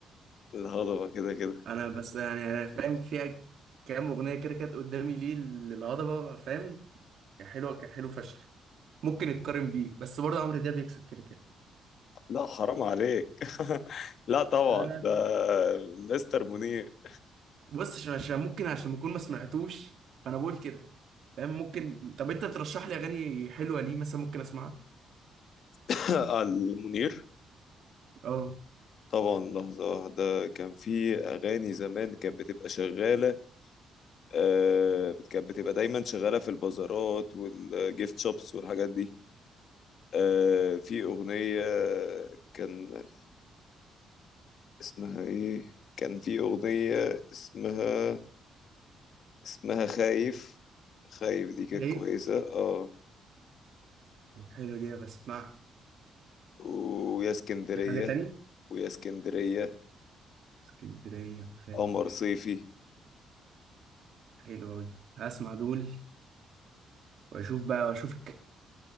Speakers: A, on the left (about 65°); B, on the right (about 70°).
A: الهضبة كده كده
B: انا بس يعني انا فاهم فيها كام اغنيه كده كانت قدامي ليه للهضبه فاهم كان حلو كان حلو فشخ ممكن يتقارن بيه بس برضه عمرو دياب بيكسب كده كده
A: لا حرام عليك <laughs> لا طبعا
B: لا لا
A: ده
B: لا.
A: مستر منير
B: بص عشان عشان ممكن عشان بكون ما سمعتوش فانا بقول كده فاهم ممكن طب انت ترشح لي اغاني حلوه ليه مثلا ممكن اسمعها
A: <laughs> المنير
B: اه
A: طبعا لحظة واحدة كان في أغاني زمان كانت بتبقى شغالة آه كانت بتبقى دايما شغالة في البازارات والجيفت شوبس والحاجات دي آه في أغنية كان اسمها ايه كان في اغنية اسمها اسمها خايف خايف دي كانت
B: خايف
A: كويسة اه
B: طب حلو دي بسمعها
A: ويا اسكندرية
B: في حاجه تاني
A: ويا اسكندرية
B: اسكندريه خايف
A: قمر صيفي
B: حلوه قوي هسمع دول واشوف بقى واشوف